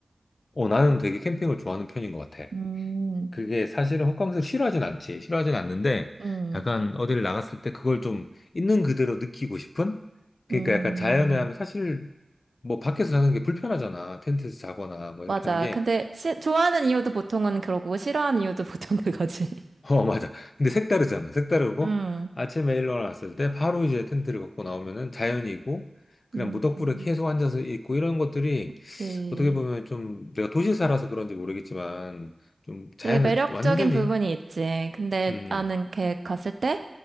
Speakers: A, on the left; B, on the right.
A: 어, 나는 되게 캠핑을 좋아하는 편인 것 같아.
B: 음,
A: 그게 사실은 호캉스를 싫어하진 않지. 싫어하진 않는데,
B: 음,
A: 약간 어디를 나갔을 때 그걸 좀 있는 그대로 느끼고 싶은? 그러니까
B: 음,
A: 약간 자연에 하면 사실 뭐 밖에서 자는 게 불편하잖아. 텐트에서 자거나 뭐 이렇게
B: 맞아.
A: 하는 게.
B: 근데 시- 좋아하는 이유도 보통은 그러고, 싫어하는 이유도 보통 그거지. <laughs>
A: 어, <laughs> 맞아. 근데 색다르잖아. 색다르고
B: 음,
A: 아침에 일어났을 때 바로 이제 텐트를 걷고 나오면은 자연이고 그냥
B: 음,
A: 무덕불에 계속 앉아서 있고 이런 것들이
B: 그치.
A: 어떻게 보면 좀 내가 도시에 살아서 그런지 모르겠지만 좀 자연을
B: 되게 매력적인
A: 완전히
B: 부분이 있지. 근데
A: 음,
B: 나는 걔 갔을 때,